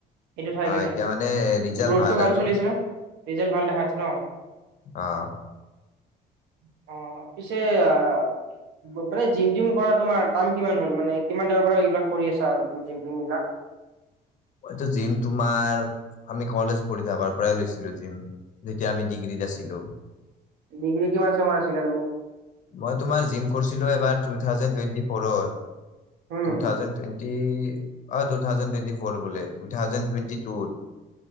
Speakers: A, on the right; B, on the left.
A: এইটো চাইকাৰনে
B: অ এতিয়া মানে ৰিজাল্ট
A: গ্ৰোথটো ভাল
B: আৰু
A: চলি আছে ন ৰিজাল্ট ভাল দেখাছে ন।
B: অঁ।
A: <unintelligible> অ পিছে আহ মানে- জিম -টিম কৰা তোমাৰ টাইম কিমান হ'ল মানে কিমান টাইমৰ পৰা এইবিলাক কৰি আছা আৰু তুমি জিম টীম বিলাক।
B: এইটো জিম তোমাৰ আমি কলেজ পঢ়ি থকাৰ পৰাই লৈছিলো জিম। যেতিয়া আমি ডিগ্ৰীত আছিলো। <unintelligible>
A: ডিগ্ৰী কিমান চেমৰ আছিলা তুমি?
B: মই তোমাৰ জিম কৰিছিলো এবাৰ টো থাওচেণ্ড টুৱেন্টি ফৌৰত
A: উম,
B: টো থাউজেণ্ড টুৱেন্টি অ টো থাউজেণ্ড টুৱেন্তি ফৌৰ বোলে টু থাউজেণ্ড টুৱেণ্টি টুত।